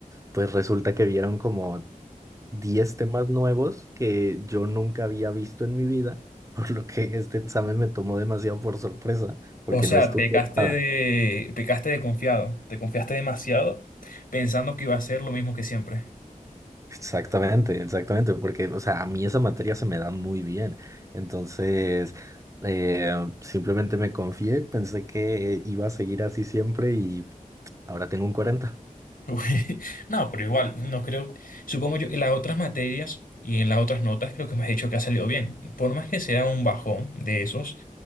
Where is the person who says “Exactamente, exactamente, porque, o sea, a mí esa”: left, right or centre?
Right